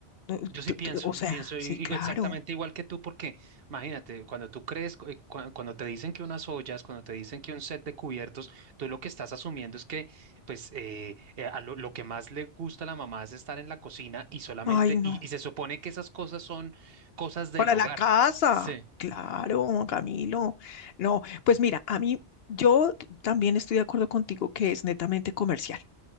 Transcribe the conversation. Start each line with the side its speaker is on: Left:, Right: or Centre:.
Left: No,
Right: Yo sí
Left: tú-
Right: pienso,
Left: tú- O sea,
Right: pienso
Left: sí,
Right: i-
Left: claro.
Right: i- exactamente igual que tú, porque imagínate, cuando tú crees, cu- cua- cuando te dicen que unas ollas, cuando te dicen que un set de cubiertos, tú lo que estás asumiendo es que, pues, eh, eh, a lo, lo que más le gusta a la mamá es estar en la cocina y solamente,
Left: Ay, no.
Right: y, y se supone que esas cosas son cosas del
Left: Para
Right: hogar.
Left: la casa.
Right: Sí.
Left: Claro, Camilo. No, pues mira, a mí yo t- también estoy de acuerdo contigo que es netamente comercial,